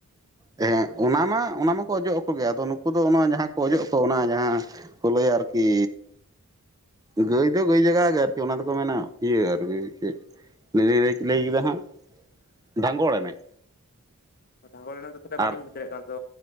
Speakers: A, on the right; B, on the left.
A: ᱦᱮᱸ ᱚᱱᱟ ᱢᱟ ᱚᱱᱟ ᱢᱟᱠᱚ ᱚᱡᱚᱜ ᱟᱠᱚᱜᱮ ᱟᱫᱚ ᱱᱩᱠᱩ ᱫᱚ ᱚᱱᱟ ᱡᱟᱦᱟᱸ ᱠᱚ ᱚᱡᱚᱜ ᱟᱠᱚ ᱚᱱᱟ ᱡᱟᱦᱟᱸ ᱯᱷᱳᱞᱳᱭ ᱟᱨᱠᱤ ᱜᱟᱹᱭ ᱫᱚ ᱜᱟᱹᱭ ᱡᱟᱜᱟ ᱜᱮ ᱟᱨᱠᱤ ᱚᱱᱟ ᱫᱚᱠᱚ ᱢᱮᱱᱟ ᱤᱭᱟᱹ ᱟᱨᱠᱤ ᱪᱮᱫ ᱞᱤᱫᱤ ᱞᱟᱹᱭ ᱠᱮᱫᱟ ᱦᱟᱸᱜ ᱰᱷᱟᱝᱜᱚᱲ ᱮᱱᱮᱡ
B: ᱰᱷᱟᱸᱜᱚᱲ ᱮᱱᱮᱡ ᱫᱚ ᱛᱟᱦᱚᱞᱮ
A: ᱟᱨ
B: ᱵᱞᱤᱧᱩ ᱵᱩᱡ ᱫᱟᱲᱭᱟᱜ ᱠᱟᱱᱟ ᱛᱚ